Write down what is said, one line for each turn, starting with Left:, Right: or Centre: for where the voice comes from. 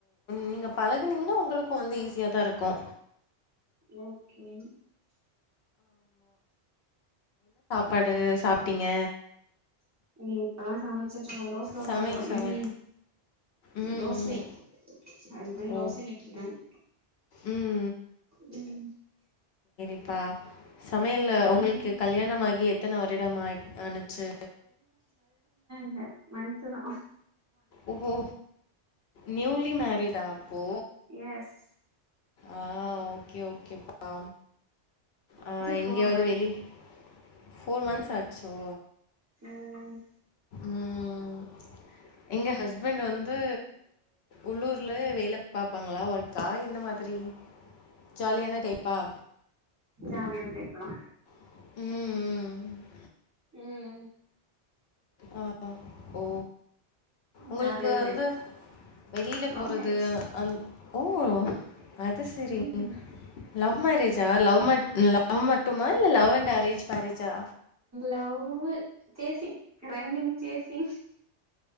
Left: நீங்க உன் பழகுனிங்கனா உங்களுக்கு வந்து ஈஸியாதா இருக்கு
Right: ஓகே
Left: படு சாப்டிங்க
Right: ம் இப்பதா சமச்சுட்ருக்கொ தோச ஊத்தப்போறோ
Left: சமையல் சமையல்
Right: ம்
Left: ம்
Right: தோசை
Left: ம்
Right: ஹஸ்பண்ட்
Left: ஓ
Right: தோச கேட்ருக்காங்க
Left: ம்
Right: ம் ம்
Left: ப்பா சமையல்ல‌ உங்களுக்கு
Right: ம்
Left: கல்யாணம் ஆகி எத்தன வருடம் ஆ ஆனுச்சு?
Right: ல்ல மன்த்து தா
Left: ஒஹோ நியூலி மேரிடா அப்போ
Right: எஸ்
Left: ஆ ஆ ஓகே ஓகேப்பா ஆ
Right: ஒன்லி ஃபோர்
Left: எங்யாவுது
Right: மந்த்
Left: வெளி ஃபோர் மன்த்ஸ் ஆச்சோ
Right: ம்
Left: ம் எங்க ஹஸ்பண்ட் வந்து உள்ளூர்ல வேல பாப்பாங்களா ஒர்க்கா என்ன மாதிரி ஜாலியான டைப்பா
Right: ஜாலியான டைப்பு தா
Left: ம் ம்
Right: ம்
Left: ஆ ஓ ஓ உங்ளுக்கு
Right: ஜாலியான
Left: வந்து
Right: டைப்
Left: வெளில
Right: லவ்
Left: போறது
Right: மேரேஜ்
Left: அந் ஓ அது செரி
Right: ம்
Left: லவ் மேரேஜா லவ் மட் லவ் மட்டுமா இல்ல லவ் அண்ட் அரேஞ்ச் மேரேஜா
Right: லவ்வு சேசிங் ரன்னிங் சேசிங்